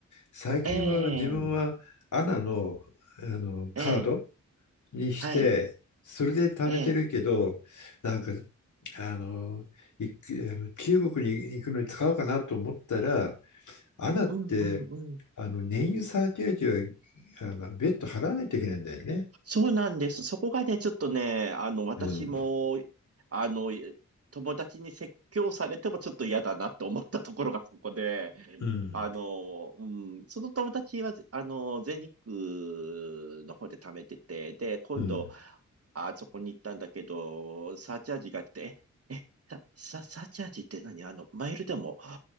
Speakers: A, on the left; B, on the right.
A: 最近は自分はアナの、
B: ええ、
A: あのカード
B: ええ、
A: にしてそれで貯めてるけどなんか
B: はい。ええ、
A: あのいあの中国に行くのに使おうかなと思ったらアナってあの燃油サーチャージは
B: うんうん
A: あの別途払わないといけないんだよね。
B: そうなんです。そこがね、ちょっとね、あの、私も、
A: うん
B: あの、友達に説教されてもちょっと嫌だなと思ったところがそこで、
A: うん
B: あの、うん、その友達は、あの、全日空の方で貯めてて、で、今度、
A: うん
B: あそこに行ったんだけど、サーチャージがあって、え、え、サ、サーチャージって何あの、マイルでも